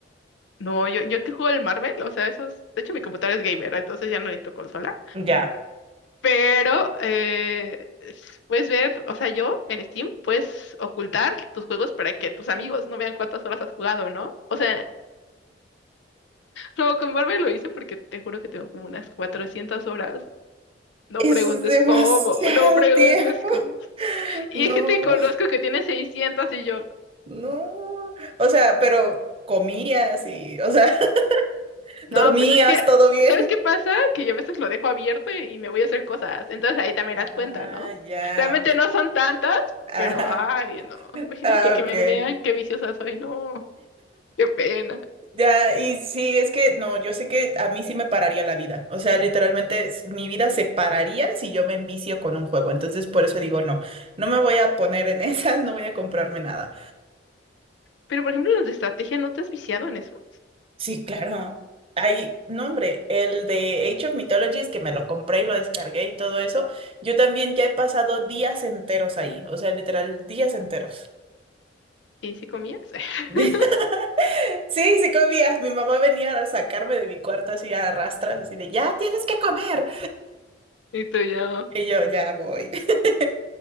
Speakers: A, on the left; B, on the right.
A: No, yo, yo que juego el Marvel, o sea, eso es, de hecho mi computadora es gamer, entonces ya no necesito consola,
B: Ya.
A: pero eh, s- puedes ver, o sea, yo en Steam puedes ocultar tus juegos para que tus amigos no vean cuántas horas has jugado, ¿no? O sea, no, con Marvel lo hice porque te juro que tengo como unas 400 horas, no
B: Es
A: preguntes
B: demasiado
A: cómo, no preguntes
B: tiempo.
A: cómo.
B: <laughs>
A: Y
B: No,
A: hay gente que conozco que tiene 600 y yo...
B: no. O sea, pero comías y, o sea, <laughs>
A: No,
B: dormías,
A: pues es que,
B: todo bien.
A: ¿sabes qué pasa? Que yo a veces lo dejo abierto y me voy a hacer cosas. Entonces ahí también
B: Ah,
A: las cuenta, ¿no?
B: ya,
A: Realmente
B: ok.
A: no son tantas,
B: Ah,
A: pero ay, no. <laughs> Imagínate
B: ah,
A: que
B: ok.
A: me vean qué viciosa soy, no. Qué pena.
B: Ya, y sí, es que no, yo sé que a mí sí me pararía la vida. O sea, literalmente s- mi vida se pararía si yo me envicio con un juego. Entonces, por eso digo, no, no me voy a poner en <laughs> esas, no voy a comprarme nada.
A: Pero por ejemplo, los de estrategia, ¿no te has viciado en esos?
B: Sí, claro. Hay, no, hombre, el de Age of Mythologies que me lo compré y lo descargué y todo eso, yo también ya he pasado días enteros ahí, o sea, literal, días enteros.
A: ¿Y si comías? <laughs>
B: <laughs> Sí, sí comías. Mi mamá venía a sacarme de mi cuarto así a rastras, así de, ya tienes que comer.
A: Y tú ya
B: Y yo, ya voy. <laughs>